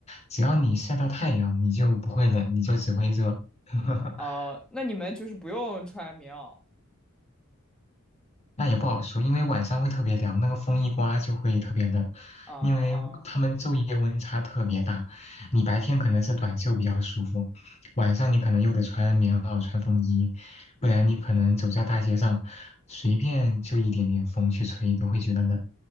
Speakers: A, on the left; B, in the centre.
A: 只要你晒到太阳，你就不会冷，你就只会热。<laughs>
B: 啊、那你们就是不用穿棉袄
A: 那也不好说，因为晚上会特别凉，那个风一刮就会特别冷，
B: 啊啊
A: 因为他们昼夜温差特别大。你白天可能是短袖比较舒服，晚上你可能又得穿棉袄、穿风衣，不然你可能走在大街上，随便就一点点风去吹都会觉得冷。